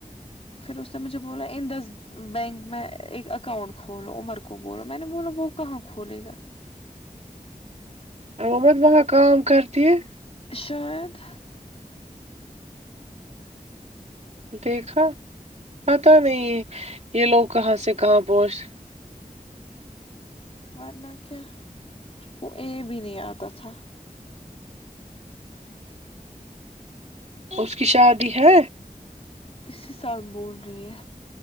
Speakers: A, on the left; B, on the right.
A: پھر اس نے مجھے بولا ان دس بینک میں ایک اکاؤنٹ کھولو عمر کو بولو میں نے بولا وہ کہاں کھولے گا
B: حکومت وہاں کام کرتی ہے
A: شاید
B: دیکھا پتا نہیں ہے یہ لوگ کہاں سے کہاں پہنچ
A: ورنہ کیا اس کو اے بھی نہیں آتا تھا
B: اس کی شادی ہے
A: اسی سال بول رہی ہے